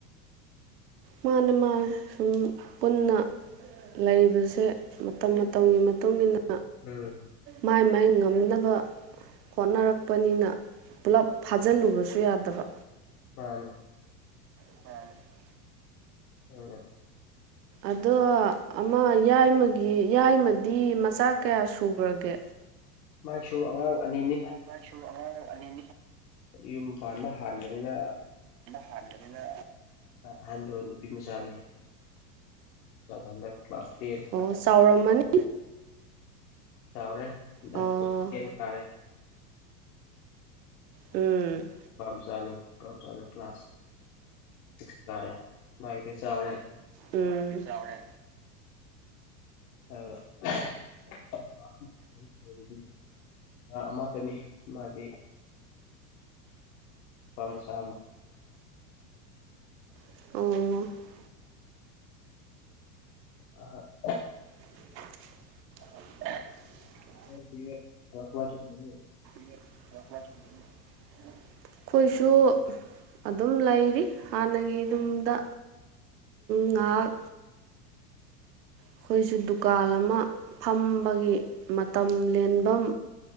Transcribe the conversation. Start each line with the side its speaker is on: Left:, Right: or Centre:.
Right: ꯃꯥꯅꯦ ꯃꯥ ꯁꯨꯝ ꯄꯨꯟꯅ ꯂꯩꯕꯁꯦ ꯃꯇꯝ ꯃꯇꯝꯒꯤ ꯃꯇꯨꯡ ꯃꯇꯨꯡꯏꯟꯅ
Left: ꯎꯝ
Right: ꯃꯥꯏ ꯃꯥꯏ ꯉꯝꯅꯕ ꯍꯣꯠꯅꯔꯛꯄꯅꯤꯅ ꯄꯨꯂꯞ ꯐꯥꯖꯤꯜꯂꯨꯕꯁꯨ ꯌꯥꯗꯕ
Left: ꯃꯥꯅꯦ
Right: <unintelligible>
Left: ꯎꯝ
Right: ꯑꯗꯣ ꯑꯃ ꯌꯥꯏꯃꯒꯤ ꯌꯥꯏꯃꯗꯤ ꯃꯆꯥ ꯀꯌꯥ ꯁꯨꯈ꯭ꯔꯒꯦ
Left: ꯃꯥꯏꯁꯨ ꯑꯉꯥꯡ ꯑꯅꯤꯅꯤ
Right: ꯃꯥꯏꯁꯨ ꯑꯉꯥꯡ ꯑꯅꯤꯅꯤ
Left: ꯌꯨꯝ ꯄꯥꯟꯕ ꯍꯥꯟꯕꯅꯤꯅ
Right: ꯍꯟꯕꯅꯤꯅ
Left: ꯑꯍꯟꯗꯣ ꯅꯨꯄꯤ ꯃꯆꯥꯅꯤ ꯍꯟꯗꯛ ꯀ꯭ꯂꯥꯁ ꯇꯦꯟ
Right: ꯑꯣ ꯆꯥꯎꯔꯝꯃꯅꯤ
Left: ꯆꯥꯎꯔꯦ ꯗꯛ
Right: ꯑꯣ
Left: ꯇꯦꯟ ꯀꯥꯔꯦ
Right: ꯎꯝ
Left: ꯄꯝꯆꯅꯤ ꯄꯥꯝꯆꯗꯣ ꯀ꯭ꯂꯥꯁ ꯁꯤꯛꯁ ꯀꯔꯦ ꯃꯥꯏꯗꯤ ꯆꯥꯎꯔꯦ
Right: ꯎ ꯆꯥꯎꯔꯦ
Left: ꯑ <unintelligible> ꯑ ꯃꯥ ꯇꯅꯤ ꯃꯥꯗꯤ ꯅꯨꯄꯥ ꯃꯆꯥꯃ
Right: ꯑꯩꯈꯣꯏꯁꯨ
Left: ꯑ
Right: <inaudible>
Left: <inaudible>
Right: <unintelligible> ꯑꯩꯈꯣꯏꯁꯨ ꯑꯗꯨꯝ ꯂꯩꯔꯤ ꯍꯥꯟꯅꯒꯤ ꯑꯗꯨꯝꯗ ꯉꯥꯍꯥꯛ ꯑꯩꯈꯣꯏꯁꯨ ꯗꯨꯀꯥꯟ ꯑꯃ ꯐꯝꯕꯒꯤ ꯃꯇꯝ ꯂꯦꯟꯐꯝ